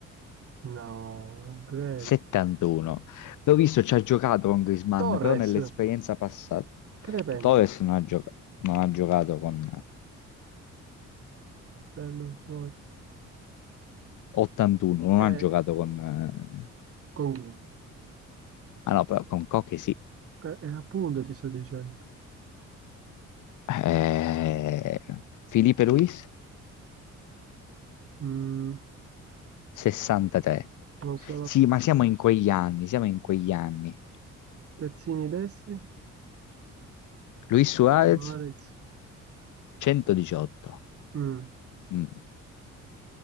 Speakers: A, on the right (about 50°); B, on the left (about 80°).
A: No, non credo.
B: 71. L'ho visto, ci ha giocato con Griezmann,
A: Torres,
B: però nell'esperienza passata.
A: che ne pensi?
B: Torres non ha gioca- non ha giocato con
A: Fernando Torres.
B: 81, non
A: Eh,
B: ha giocato con... eh,
A: con chi?
B: Ah no, però con Koch sì.
A: Eh, eh, appunto ti sto dicendo.
B: Eh, Felipe Luis,
A: Mm,
B: 63.
A: non sono
B: Sì, ma siamo in quegli anni, siamo in quegli anni.
A: terzini destri.
B: Luis Suarez,
A: Suarez.
B: 118.
A: Mm,
B: Mm.